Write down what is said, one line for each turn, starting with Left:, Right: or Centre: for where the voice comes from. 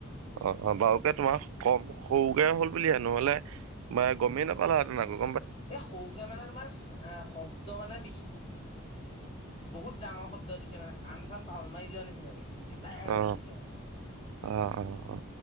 Right: অ', অ', বাৰুকে তোমাৰ কম সৰুকে হল বুলি হে, নহলে গমেই নাপালা হেঁতেন আক।
Left: এ সৰুকে মানে তোমাৰ বহুত ডাঙৰ শব্দ দিছে মানে, কাণ চান তাল মাৰি যোৱা নিচিনাকে। হটাকে
Right: অ
Left: বুতিচে মানে
Right: অ অ অ